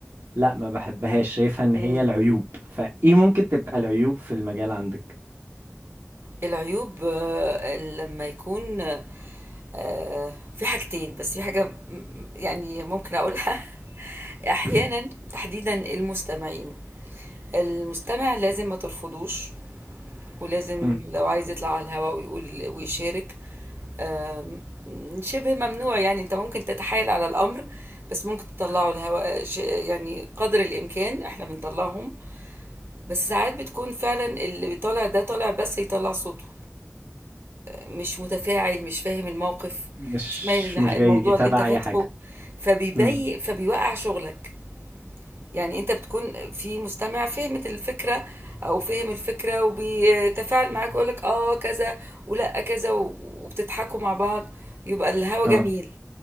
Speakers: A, on the right; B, on the right.
A: لا ما بحبهاش شايفها ان هي
B: مم.
A: العيوب فايه ممكن تبقى العيوب في المجال عندك
B: العيوب آه، لما يكون آه، في حاجتين بس في حاجة م- يعني ممكن أقولها <laughs> أحيانا
A: <laughs>
B: تحديدا المستمعين المستمع لازم ما ترفضوش ولازم
A: مم.
B: لو عايز يطلع على الهواء ويقول ويشارك آم، شبه ممنوع يعني انت ممكن تتحايل على الامر بس ممكن تطلعه الهواء ش- يعني قدر الامكان احنا بنطلعهم بس ساعات بتكون فعلا اللي طالع ده طالع بس يطلع صوته مش متفاعل مش فاهم الموقف
A: مش
B: مش مايل
A: مش
B: للح-
A: جاي
B: الموضوع
A: تبع
B: اللي انت فاتحه
A: اي حاجة
B: فبيبي
A: مم.
B: فبيوقع شغلك يعني انت بتكون في مستمع فهمت الفكرة او فهم الفكرة وبيتفاعل معاك ويقول لك اه كذا ولا كذا و- وبتضحكوا مع بعض يبقى الهوا
A: اه
B: جميل